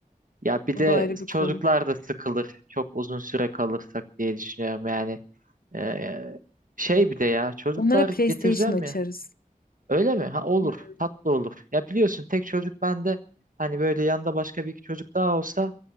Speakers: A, on the right; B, on the left.
A: ya bir
B: O
A: de
B: da ayrı bir
A: çocuklar
B: konu.
A: da sıkılır çok uzun süre kalırsak diye düşünüyorum yani Ee, şey bir de ya çocuklar
B: Onlara PlayStation
A: getireceğim
B: açarız.
A: ya öyle mi? Ha olur
B: Hmm,
A: tatlı olur ya biliyorsun tek çocuk bende hani böyle yanında başka bir iki çocuk daha olsa